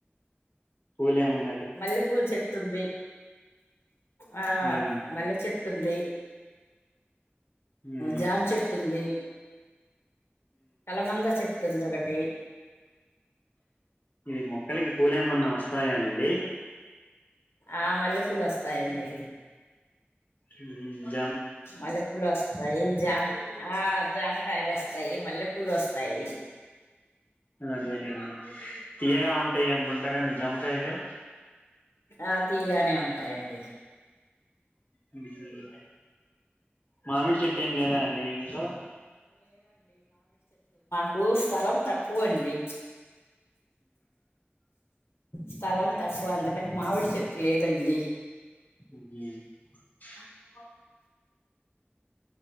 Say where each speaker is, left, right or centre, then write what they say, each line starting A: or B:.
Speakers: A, on the left (about 45°); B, on the left (about 80°).
A: పూల్ ఏమన్
B: మల్లెపూల్ చెట్టుంది ఆ
A: ఉమ్
B: మల్లె చెట్ ట్టుంది
A: ఉమ్
B: జామ్ చెట్టుంది. కలమంద చెట్టుండి ఒకటీ
A: ఇవి మొక్కలకి పూలేమన్నా వస్తాయా అండి?
B: ఆ మల్లె పూలు వస్తాయండి.
A: మ్
B: మల్లె పూలు వస్తాయి. జామ ఆ జామకాయల్ వస్తాయి మల్లె పూలు వస్ తాయి.
A: అదే లెండి తీయగా ఉంటాయి అనుకుంటగ మీ జామకాయలు
B: ఆ తీయగానే ఉంటాయండి.
A: ఉమ్ మామిడి చెట్టు ఏం లేదా అండి ఇంట్లో
B: కు స్థలం తక్కువ అండి స్థలం
A: ఉహు
B: తక్కువ అందుకని మామిడి చెట్టు లేదండి
A: ఊ